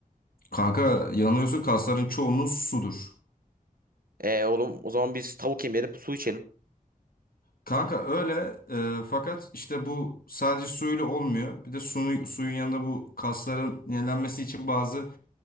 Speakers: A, on the left; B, on the right.
A: Kanka yanılıyorsun kasların çoğunluğu sudur.
B: E oğlum o zaman biz tavuk yemeyelim su içelim.
A: Kanka öyle e, fakat işte bu sadece suyla olmuyor. Bir de suyu, suyun yanında bu kasların yenilenmesi için bazı